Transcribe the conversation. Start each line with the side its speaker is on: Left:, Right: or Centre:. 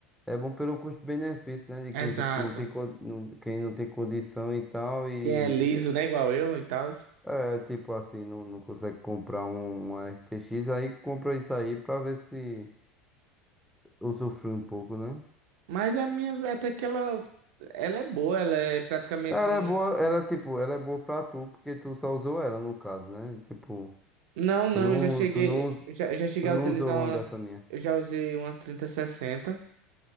Centre: é bom pelo custo-benefício, né, de
Right: exato.
Centre: quem tipo não tem co- não, quem não tem condição e tal e
Right: Quem é liso, né? Igual eu e tal.
Centre: é tipo assim, não, não consegue comprar um- uma RTX, aí compra isso aí pra ver se usufrui um pouco, né?
Right: Mas a minha, até que ela, ela é boa, ela é praticamente
Centre: Ela
Right: uma.
Centre: é boa, ela tipo, ela é boa pra tu, porque tu só usou ela no caso, né? Tipo,
Right: Não, não,
Centre: tu não,
Right: eu já cheguei,
Centre: tu não, us-
Right: já, já cheguei
Centre: tu
Right: a
Centre: não
Right: utilizar
Centre: usou
Right: uma.
Centre: uma dessa minha.
Right: Eu já usei uma 3060